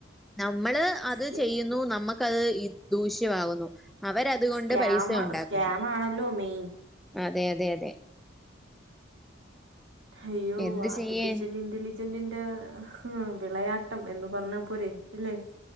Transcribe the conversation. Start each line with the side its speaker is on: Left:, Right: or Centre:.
Centre: നമ്മള്അത്
Right: സ്കാ
Centre: ചെയ്യുന്നു ന്നു നമ്മക്കത് ഇ ദൂഷ്യമാവുന്നു അവരതുകൊണ്ട്പൈസയുണ്ടാക്കുന്ന്
Right: സ്കാമ സ്കാം ആണല്ലോ മെയിൻ
Centre: അതെ അതെ അതെ
Right: അയ്യോ
Centre: എന്ത്
Right: ആർട്ടിഫിഷൽഇന്റലിജ
Centre: ചെയ്യാൻ
Right: <unintelligible> ന്റെ വിളയാട്ടംഎന്ന്പറഞ്ഞപോരെ അല്ലേ